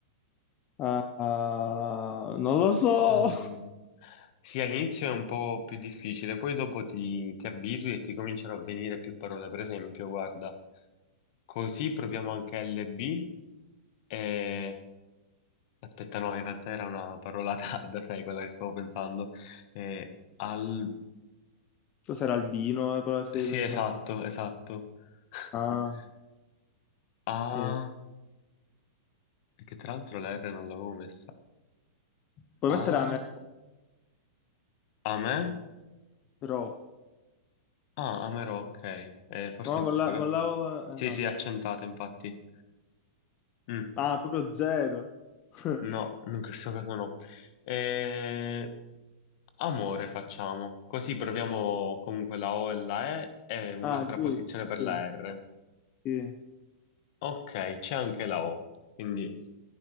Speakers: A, on the left (about 30°); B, on the left (about 50°).
A: ah, ah, non lo so.
B: Ehm, sì, all'inizio è un po' più difficile, poi dopo ti, ti abitui e ti cominciano a venire più parole. Per esempio, guarda, così proviamo anche LB e... Aspetta, no, in realtà era una parola <laughs> tarda, sai, quella che stavo pensando. Eh, al...
A: Cos'era albino? La parola che stavi
B: Sì,
A: pensando?
B: esatto, esatto. <laughs>
A: Ah,
B: A...
A: eh,
B: Che tra l'altro la R non l'avevo messa.
A: Puoi
B: A...
A: mettere a me.
B: A me?
A: Ro.
B: Ah, Amaro, ok. Eh, forse
A: No,
B: in
A: con
B: questo
A: la,
B: caso...
A: con la O,
B: Sì,
A: esatto.
B: sì, accentato, infatti. Mm,
A: Ah, proprio zero. <laughs>
B: No, in questo caso no. Eh, amore facciamo. Così proviamo comunque la O e la E e un'altra
A: Ah, giusto.
B: posizione per
A: Sì,
B: la R.
A: sì.
B: Ok, c'è anche la O. Quindi,